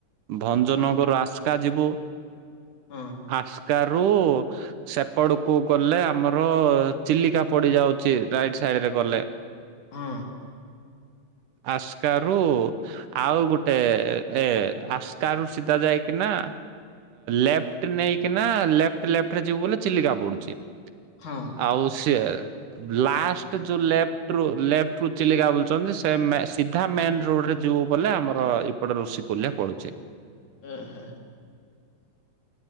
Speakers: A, on the right (about 70°); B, on the left (about 60°).
A: ଭଞ୍ଜନଗର
B: ହଁ
A: ଆସ୍କା ଯିବୁ
B: ହଁ।
A: ଆାସ୍କା ରୁ ସେପଡକୁ ଗଲେ ଆମର ଚିଲିକା ପଡି ଯାଉଛି ରାଇଟ ସାଇଡ ରେ ଗଲେ।
B: ହଁ।
A: ଆସ୍କାରୁ ଆଉ ଗୋଟେ ଏ- ଆସ୍କା ରୁ ସିଧା ଯାଇକିନା ଲେଫ୍ଟ ନେଇକିନା ଲେଫ୍ଟ ଲେଫ୍ଟରେ ଯିବୁ ବୋଲେ ଚିଲିକା ପଡୁଛି।
B: ହଁ।
A: ଆଉ ସେ ଲାଷ୍ଟ ଯୋଉ ଲେଫ୍ଟରୁ ଲେଫ୍ଟକୁ ଚିଲିକା ବୁଲୁଛନ୍ତି ସେ ସିଧା ମେନ ରୋଡରେ ଯୋଉ ବୋଲେ ଆମର ଏଇପଟେ ଋଷିକୂଲ୍ୟା ପଡୁଛେ।
B: ଓ ହୋ।